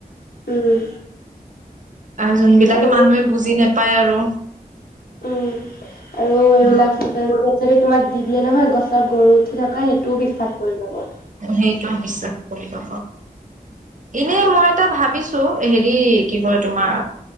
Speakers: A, on the left; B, on the right.
A: উম
B: আহ যোনবিলাকে
A: আৰু
B: মানুহে বুজি নাপাই পায় আৰু
A: উম। আৰু এইবিলাক
B: অ
A: ছচিয়েল মিডিয়াত যদি তোমাক দি দিয়ে নহয়, গছত গৰু থকা সেইটোও বিশ্বাস কৰি ল'ব।
B: সেইটো বিশ্বাস কৰি ল'ব। এনে মই এটা ভাবিছো হেৰি কি কয় তোমাৰ